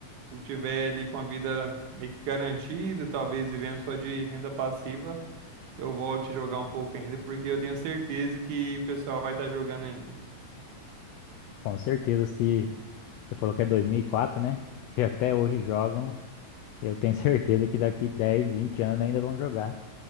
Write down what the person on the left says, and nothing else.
Com certeza, se você falou que é dois mil e quatro né? <laughs> Se até hoje jogam, eu tenho certeza que daqui 10 20 anos ainda vão jogar.